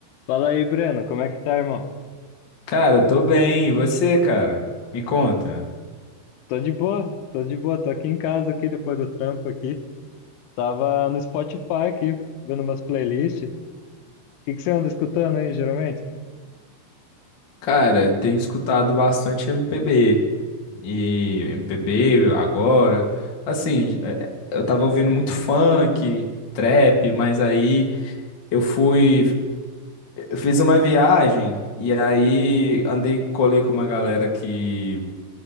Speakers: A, on the left (about 80°); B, on the left (about 55°).
A: Fala aí, Breno, como é que tá, irmão?
B: Cara, tô bem. E você, cara? Me conta.
A: Tô de boa, tô de boa, tô aqui em casa aqui depois do trampo aqui. Tava no Spotify aqui, vendo umas playlists. O que que você anda escutando aí, geralmente?
B: Cara, tenho escutado bastante MPB. E MPB agora. Assim, eh, eh, eu tava ouvindo muito funk, trap, mas aí eu fui. Eu fiz uma viagem e aí andei, colei com uma galera que,